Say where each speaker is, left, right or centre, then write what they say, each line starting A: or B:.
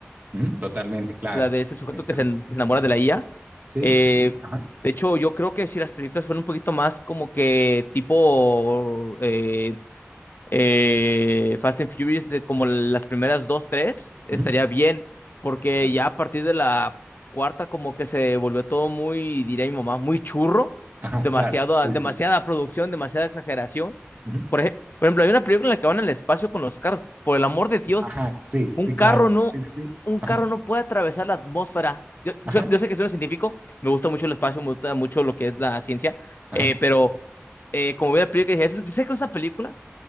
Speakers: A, on the right (about 45°); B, on the left (about 50°).
A: ujú, Totalmente, claro.
B: la de
A: Sí,
B: este sujeto
A: sí, sí.
B: que
A: Ajá.
B: se, en- que se enamora de la IA.
A: Sí,
B: Eh,
A: sí, sí. Ajá.
B: de hecho, yo creo que si las películas fueran un poquito más como que tipo eh, eh, Fast and Furious, eh, como las primeras dos, tres, estaría
A: ujú,
B: bien, porque
A: Claro,
B: ya a partir de la cuarta como que se volvió todo muy, diría mi mamá, muy churro,
A: ajá,
B: demasiado,
A: claro. Sí,
B: demasiada
A: sí.
B: producción, demasiada exageración.
A: ujú.
B: Por ej- por ejemplo, hay una película en la que van al espacio con los carros, por el amor de Dios,
A: Ajá, sí,
B: un
A: sí, claro.
B: carro no,
A: Sí, sí.
B: un
A: Ajá,
B: carro no puede atravesar la atmósfera. Yo, yo,
A: ajá,
B: yo sé que soy un científico, me gusta mucho el espacio, me gusta mucho lo que es la ciencia,
A: ajá,
B: eh, pero eh, como vi la película, dije, "Eso- yo sé que es una película,